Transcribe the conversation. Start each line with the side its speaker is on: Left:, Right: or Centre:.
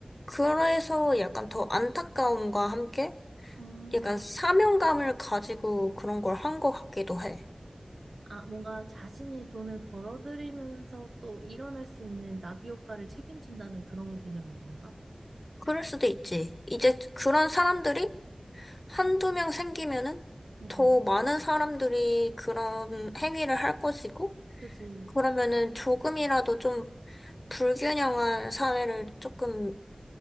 Left: 그래서 약간 더 안타까움과 함께
Right: 음.
Left: 약간 사명감을 가지고 그런 걸 한 것 같기도 해.
Right: 아, 뭔가 자신이 돈을 벌어들이면서 또 일어날 수 있는 나비 효과를 책임진다는 그런 개념인 건가?
Left: 그럴 수도 있지. 이제 그런 사람들이 한두 명 생기면은
Right: 응,
Left: 더
Right: 응.
Left: 많은 사람들이 그런 행위를 할 것이고,
Right: 그지.
Left: 그러면은 조금이라도 좀 불균형한 사회를 조금